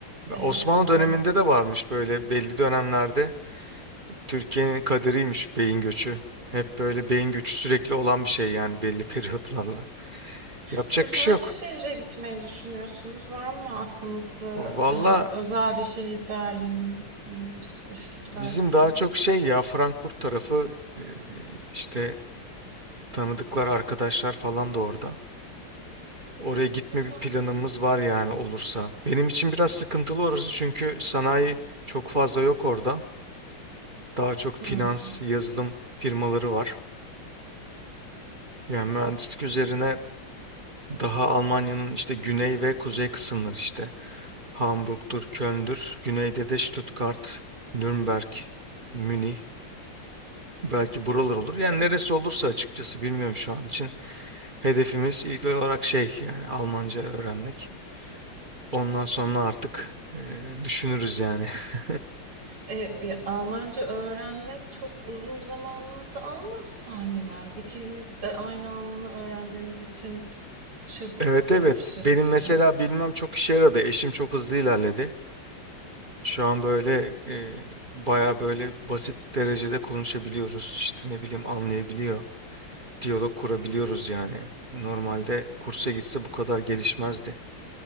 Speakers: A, on the right; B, on the right.
A: e,
B: Osmanlı
A: o taraf.
B: döneminde de varmış böyle belli dönemlerde Türkiye'nin kaderiymiş beyin göçü. Hep böyle beyin göçü sürekli olan bir şey yani belli <laughs> periyotlarla. Yapacak
A: Siz
B: bir
A: hangi
B: şey yok.
A: şehre gitmeyi düşünüyorsunuz? Var mı aklınızda
B: Valla
A: e, özel bir şehir Berlin, m, işte Stuttgart
B: Bizim
A: gibi?
B: daha
A: Aa,
B: çok şey ya Frankfurt tarafı e, işte tanıdıklar arkadaşlar falan da orada. Oraya gitme
A: güzel,
B: bir planımız
A: Frankfurt
B: var
A: da
B: yani
A: güzel.
B: olursa. Benim için biraz sıkıntılı orası çünkü sanayi çok fazla yok orada. Daha çok finans,
A: Hmm.
B: yazılım firmaları var. Yani mühendislik üzerine daha Almanya'nın işte güney ve kuzey kısımları işte. Hamburg'dur, Köln'dür. Güneyde de Stuttgart, Nürnberg, Münih. Belki buralar olur. Yani
A: Kö-
B: neresi olursa açıkçası bilmiyorum şu an için. Hedefimiz ilk olarak şey yani Almanca öğrenmek. Ondan sonra artık e, düşünürüz yani. <laughs>
A: E, bir Almanca öğrenmek çok uzun zamanınızı almaz tahminen. İkiniz de aynı anda öğrendiğiniz için çabuk
B: Evet
A: olur
B: evet
A: süreciniz.
B: benim mesela bilmem çok işe yaradı. Eşim çok hızlı ilerledi. Şu an böyle e, baya böyle basit derecede konuşabiliyoruz. İşte ne bileyim anlayabiliyor. Diyalog kurabiliyoruz yani. Normalde kursa gitse bu kadar gelişmezdi.